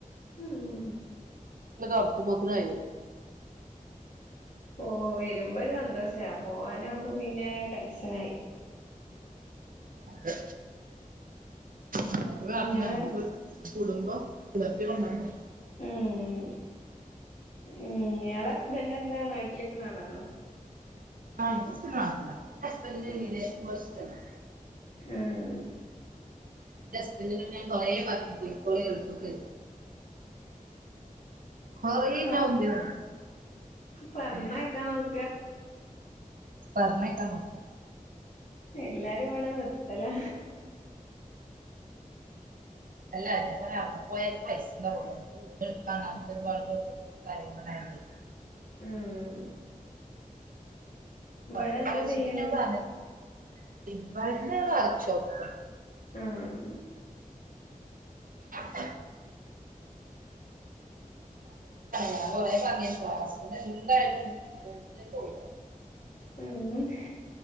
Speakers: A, on the left; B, on the right.
A: ഉം
B: ഉറക്കുമ്പോത്തി' ' <unintelligible>
A: ഓ... വരും. ' <unintelligible> 'പോവാനാകുമ്പോ പിന്നെ ടെൻഷനായി.
B: അതെ, കുറച്ച് കൂടെ കാത്തിരുന്നാ
A: ഇങ്ങള്
B: നമ്മക്ക് കുടുംബം പുലർത്തി കൊണ്ടുവരണ്ടേ.
A: ഉം ഉം, ഞളെ ഹസ്ബൻഡ് എന്താ നാട്ടിൽ നിക്ക്ണ ആളാണോ?
B: ആഹ, ഇന്റെ ഹസ്ബൻഡ് നാട്ടിലാ, ന്റെ ഹസ്ബൻഡ്ന്റെ
A: ഉം
B: കീഴിൽ' ' <unintelligible>
A: ഉം.
B: എന്റെ ഹസ്ബൻഡിനോട് ഞാൻ കുറേ പറഞ്ഞിക്ക്ണ് പോയിക്കോളി ഗൾഫിക്ക്. കൊറേ
A: പ,
B: ഞാൻ മുമ്പേ പറഞ്ഞു
A: പറഞ്ഞയക്കാൻ
B: ഏഹ്
A: നോക്ക
B: പറഞ്ഞയക്കാൻ നോക്കിയതാ.
A: എല്ലാരും ഇവിടെ നിർത്തലാ
B: അല്ല ഞാൻ പറയാ അവിടെ പോയാലേ പൈസ ഉണ്ടാവള്ളു നമ്മുക്ക് വീടെടുക്കണം അങ്ങത്തെ ഒരുപാട് കാര്യങ്ങൾ. <inaudible>
A: ഉം. ഇവിടെ
B: അത്
A: എന്താ
B: വെച്ചിട്ട്
A: ചെയ്യണ്
B: ഞാൻ പറഞ്ഞത് ഇവിടുന്ന് വർക്ക്ഷോപ്പ്
A: ആഹ്
B: ' <inaudible> ഞാൻ കൊറെ പറഞ്ഞ് പോവാൻ ഹസ്ബൻ്റ് എന്തായാലും ഗൾഫിലേക്ക് പോവുല.
A: ഉം.